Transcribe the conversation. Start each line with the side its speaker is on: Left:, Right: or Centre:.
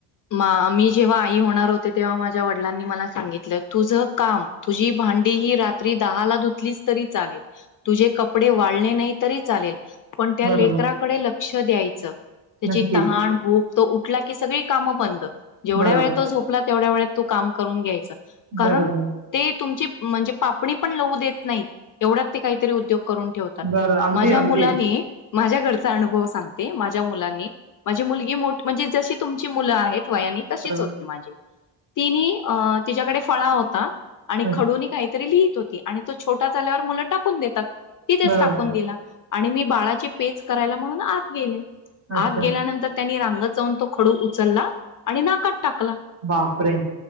Left: मा मी जेव्हा आई होणार होते तेव्हा मा <unintelligible> वडलांनी मला सांगितलं तुझं काम, तुझी भांडी ही रात्री दहाला धुतलीस तरी चालेल. तुझे कपडे वाळले नाही तरी चालेल. पण त्या
Right: बरोबर.
Left: लेकराकडे लक्ष द्यायचं त्याची
Right: नक्कीच.
Left: तहाण, भूक तो उठला की सगळी कामं बंद. जेवढ्या
Right: बरोबर.
Left: वेळ तो झोपला तेवढ्या वेळात तू काम करून घ्यायचं. कारण
Right: बरोबर.
Left: ते तुमची म्हणजे पापणी पण लवू देत नाही. एवढ्यात ते काहीतरी उद्योग करून ठेवतात.
Right: बरं. अगदी,
Left: माझ्या
Right: अगदीच.
Left: मुलानी माझ्या घरचा अनुभव सांगते, माझ्या मुलानी माझी मुलगी मोठ म्हणजे जशी तुमची मुलं आहेत. होय आणि तशीच
Right: बरोबर.
Left: होती माझी तिनी, अ तिच्याकडे फळा होता. आणि
Right: अच्छ
Left: खडूनी काहीतरी लिहित होती आणि तो छोटा झाल्यावर मुलं टाकून देतात. तिथेच
Right: बरोबर.
Left: टाकून दिला आणि मी बाळाची पेज करायला म्हणून आत गेले. आत
Right: अच्छा.
Left: गेल्यानंतर त्यानी रांगत जाऊन तो खडू उचलला आणि नाकात टाकला.
Right: बापरे.